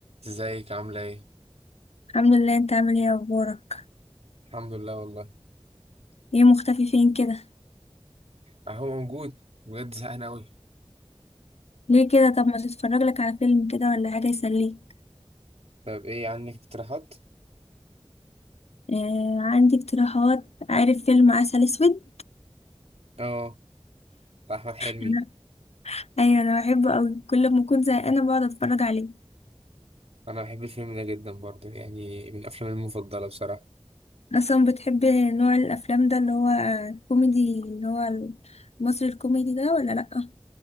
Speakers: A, on the right; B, on the left.
A: ازيك عاملة ايه؟
B: الحمد لله انت عامل ايه اخبارك
A: الحمد لله والله
B: ايه مختفي فين كده
A: اهو موجود بجد زهقان اوي
B: ليه كده طب ما تتفرج لك على فيلم كده ولا حاجه يسليك
A: طب ايه عندك اقتراحات؟
B: آه عندي اقتراحات عارف فيلم عسل اسود
A: اه بتاع احمد حلمي
B: انا- ايوه انا بحبه قوي كل ما اكون زهقانه بقعد اتفرج عليه
A: انا بحب الفيلم ده جدا برضه يعني من افلامي المفضلة بصراحة
B: اصلا بتحب نوع الافلام ده اللي هو كوميدي اللي هو المصري الكوميدي ده ولا لا